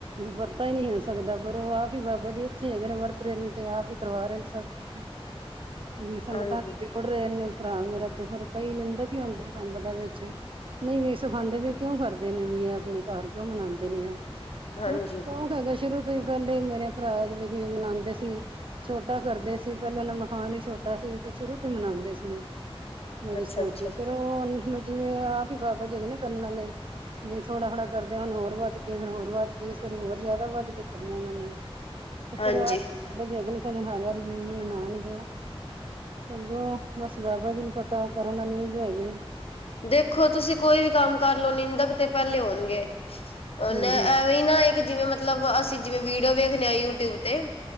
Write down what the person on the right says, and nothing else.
ਪਤਾ ਈ ਨੀ ਹੁਣ ਸਕਦਾ ਪਰ ਉਹ ਆਪ ਈ ਬਾਬਾ ਜੀ ਇੱਥੇ ਹੈਗੇ ਨੇ ਵਰਤ ਰੇਅ ਨੇ ਤੇ ਆਪ ਈ ਕਰਵਾ ਰੇ ਨੇ ਸਭ ਕੁਛ।
ਜੀ ਸੰਗਤਾਂ
ਉੱੜ ਰਿਹਾ ਨੇ ਭਰਾ ਮੇਰਾ ਤੇ ਫੇਰ ਕਈ ਨਿੰਦਕ ਈ ਹੁੰਦੇ ਨੇ ਤੁਹਾਨੂੰ ਪਤਾ ਵਿੱਚ, ਨਈ ਵੇਖ ਸਿਖਾਂਉਦੇ ਵੀ ਕਿਉਂ ਕਰਦੇ ਨੇ ਵੀ ਇਹ ਆਪਣੇ ਘਰ ਕਿਉਂ ਮਨਾਂਉਦੇ ਨੇ,
ਫਿਰ <inaudible> ਸ਼ੁਰੂ ਤੋਂ ਈ ਪਹਿਲੇ ਮੇਰੇ ਭਰਾ ਜੀ ਮਨਾਉਂਦੇ ਸੀ। ਛੋਟਾ ਕਰਦੇ ਸੀ ਪਹਿਲਾਂ ਇੰਨਾ ਮਕਾਨ ਵੀ ਛੋਟਾ ਸੀ ਤੇ ਸ਼ੁਰੂ ਤੋਂ ਮਨਾਂਉਦੇ ਸੀ ਉਹ। ਮੀ
ਸੁਣਾ
ਫੇਰ ਉਹ ਮ ਜ ਆਪੀ ਬਾਬਾ ਜੀ ਹੈਗੇ ਨੇ ਕਰਨ ਅਲੇ <unintelligible> ਵੀ ਥੋੜਾ-ਥੋੜਾ ਕਰਦੇ ਹੁਣ ਹੋਰ ਵੱਧ ਕੇ ਫਿਰ ਹੋਰ ਵੱਧ ਕੇ ਇਸ ਵਾਰੀ ਹੋਰ ਜ਼ਿਆਦਾ ਵੱਧ ਕੇ ਕਰਨਾ ਉਹਨਾਂ ਨੇ। ਤੇ
ਫੇਰ ਐਹ ਬਾਬਾ ਜੀ ਹੈਗੇ ਨੇ ਫਿਰ ਮੈਨੂੰ ਹਰ ਵਾਰੀ ਵੀ ਮਨਾਣਾ ਲੱਗੇਗਾ। ਅ ਬਸ ਬਾਬਾ ਜੀ ਨੂੰ ਪਤਾ ਕਰਨ ਕਰਨ ਵਾਲੇ ਹੀ ਹੈਗੇ ਨੇ।
ਹੂੰ-ਹੂੰ,